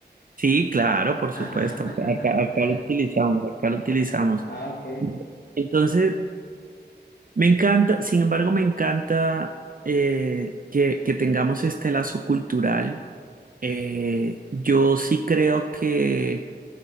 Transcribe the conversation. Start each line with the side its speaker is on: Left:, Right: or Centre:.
Right: sí, claro, por supuesto.
Left: <laughs>
Right: Acá, acá lo utilizamos, acá lo utilizamos.
Left: Ah, ok.
Right: Entonces, me encanta, sin embargo, me encanta eh, que, que tengamos este lazo cultural. Eh, yo sí creo que